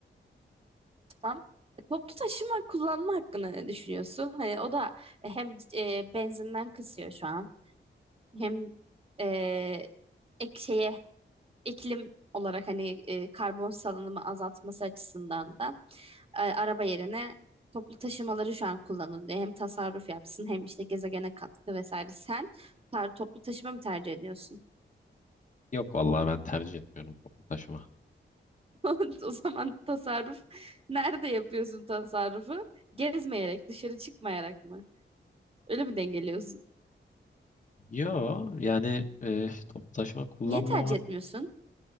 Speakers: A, on the right (about 30°); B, on the left (about 40°).
A: Tamam. E, Toplu taşıma kullanma hakkında ne düşünüyorsun? Hani o da hem e, benzinden kısıyor şu an. hem e, ek şeye iklim olarak hani e, karbon salınımı azaltması açısından da e, araba yerine toplu taşımaları şu an kullanın diye hem tasarruf yapsın hem işte gezegene katkı vesaire. Sen tar- toplu taşıma mı tercih ediyorsun?
B: Yok vallahi ben tercih etmiyorum toplu taşıma.
A: <laughs> O zaman tasarruf nerede yapıyorsun tasarrufu? Gezmeyerek, dışarı çıkmayarak mı? Öyle mi dengeliyorsun?
B: Yo yani e, toplu taşıma kullanmamak
A: Niye tercih etmiyorsun?